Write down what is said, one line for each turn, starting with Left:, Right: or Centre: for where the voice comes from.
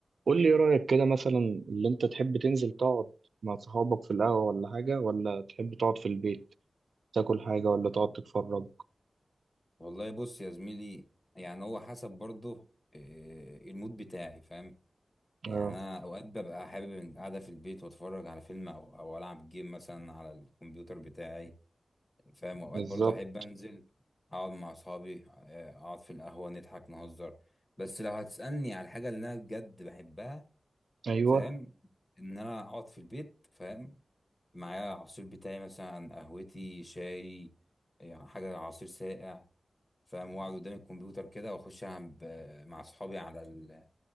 Right: قول لي ايه رأيك كده مثلا اللي انت تحب تنزل تقعد مع صحابك في القهوة ولا حاجة ولا تحب تقعد في البيت تاكل حاجة ولا تقعد تتفرج
Left: والله بص يا زميلي يعني هو حسب برضه آه، المود بتاعي فاهم يعني
Right: اه
Left: انا اوقات ببقى حابب إن قاعده في البيت واتفرج على فيلم او او العب جيم مثلا على الكمبيوتر بتاعي فاهم اوقات
Right: بالظبط
Left: برضه احب انزل اقعد مع اصحابي آه، اقعد في القهوه نضحك نهزر بس لو هتسالني على الحاجه اللي انا بجد بحبها
Right: ايوه
Left: فاهم ان انا اقعد في البيت فاهم معايا العصير بتاعي مثلا قهوتي شاي يعني حاجه عصير ساقع فاهم واقعد قدام الكمبيوتر كده واخش العب ب- مع اصحابي على ال...